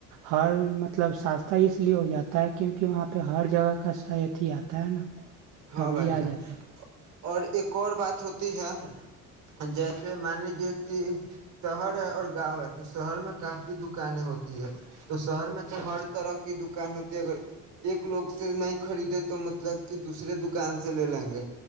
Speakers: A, on the right; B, on the right.
A: ہر مطلب سسہ اس لیے ہو جاتا ہے کیونکہ وہاں پہ ہر جگہ کا صحت ہی آتا ہے نا
B: ہاں
A: سبزی
B: بھائی
A: آ
B: جن
A: جاتا ہے
B: اور ایک اور بات ہوتی ہے جیسے مان لیجے کہ شہر ہے اور گاؤں ہے تو شہر میں کافی دکانیں ہوتی ہے تو شہر میں تو ہر طرح کی دکان ہوتی ہے اگر ایک لوگ سے نہیں خریدے تو مطلب کہ دوسرے دکان سے لے لیں گے